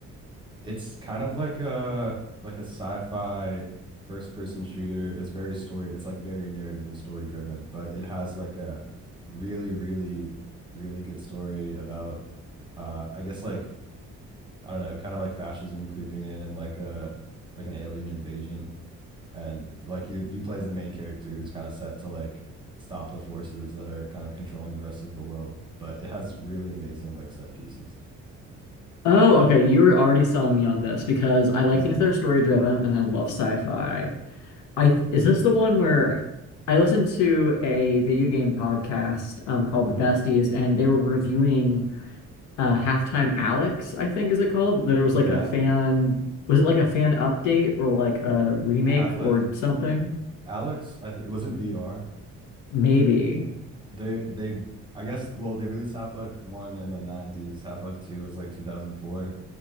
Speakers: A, on the right; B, on the left.
A: It's kind of like a like a sci-fi first-person shooter. It's very story. It's like very narrative and story driven, but it has like a really, really, really good story about uh, I guess like I don't know, kind of like fascism creeping in and like a like an alien invasion. and like you you play as the main character who's kind of set to like stop the forces that are kind of controlling the rest of the world but it has really amazing like set pieces
B: Oh, okay, you're already selling me on this because I like
A: yeah
B: things that are story driven and I love sci-fi. I is this the one where I listened to a video game podcast um, called The Besties and they were reviewing uh Halftime Alex, I think is it called? There was
A: yeah
B: like a fan, was it like a fan update or like a remake
A: half-life
B: or something?
A: alex i think was it vr
B: Maybe.
A: they they i guess well they released half-life 1 in the 90s half-life 2 was like 2004